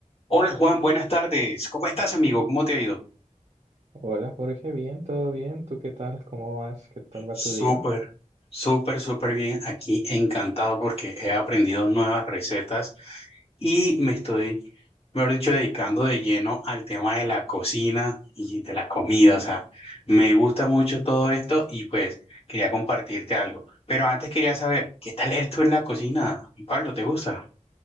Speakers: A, on the left; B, on the right.
A: Hola Juan, buenas tardes. ¿Cómo estás, amigo? ¿Cómo te ha ido?
B: Hola Jorge, bien, todo bien, ¿tú qué tal? ¿Cómo vas? ¿Qué tal va
A: Súper,
B: tu día?
A: súper, súper bien. Aquí encantado porque he aprendido nuevas recetas y me estoy, mejor dicho, dedicando de lleno al tema de la cocina y de la comida. O sea, me gusta mucho todo esto y pues quería compartirte algo. Pero antes quería saber, ¿qué tal eres tú en la cocina? Pablo, ¿te gusta?